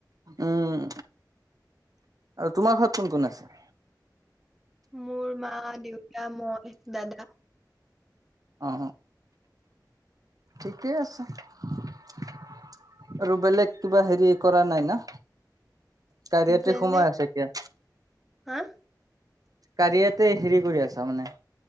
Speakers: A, on the right (about 55°); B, in the centre.
A: উম আৰু। তোমাৰ ঘৰত কোন কোন আছে?
B: মোৰ মা, দেউতা, মই, দাদা।
A: অ ঠিকেই আছে। আৰু বেলেগ কিবা হেৰি কৰা নাই না। তাই ইয়াতে
B: বেলেগ
A: সোমাই আছে এতিয়া।
B: হা
A: কাৰীয়াতে হেৰি কৰি আছা মানে।